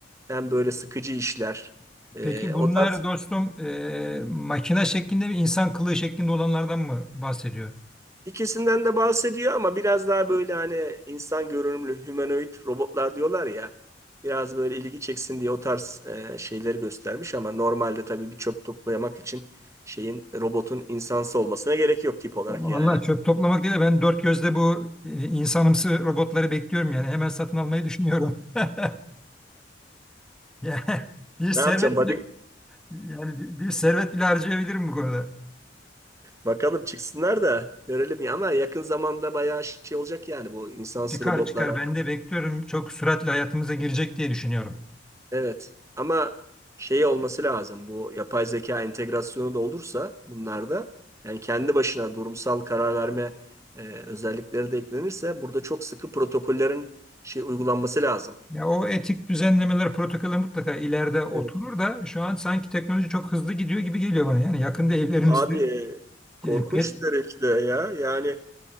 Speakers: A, on the right; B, in the centre.
A: hem böyle sıkıcı işler. Ee,
B: Peki bunlar
A: o tarz
B: dostum e, makine şeklinde mi insan kılığı şeklinde olanlardan mı bahsediyor?
A: İkisinden de bahsediyor ama biraz daha böyle hani insan görünümlü humanoid robotlar diyorlar ya. Biraz böyle ilgi çeksin diye o tarz e, şeyleri göstermiş ama normalde tabii bir çöp toplamak için şeyin robotun insansı olmasına gerek yok tip olarak
B: Vallahi
A: yani.
B: çöp toplamak değil de ben dört gözle bu e, insanımsı robotları bekliyorum yani hemen satın almayı düşünüyorum. <laughs> Yani bir servet
A: Ne yapacağım? Hadi
B: bile yani bir bir servet bile harcayabilirim bu konuda.
A: bakalım çıksınlar da görelim ya ama yakın zamanda bayağı şey olacak yani bu insansız
B: Çıkar
A: robotlar
B: çıkar ben de bekliyorum çok süratle hayatımıza girecek diye düşünüyorum.
A: Evet. Ama şey olması lazım. Bu yapay zeka entegrasyonu da olursa bunlarda yani kendi başına durumsal karar verme e, özellikleri de eklenirse burada çok sıkı protokollerin şey uygulanması lazım.
B: Ya o etik düzenlemeler protokoller mutlaka ileride oturur
A: Evet.
B: da şu an sanki teknoloji çok hızlı gidiyor gibi geliyor bana. Yani yakında evlerimizde
A: Abi e, korkunç
B: e, pet
A: derecede ya. Yani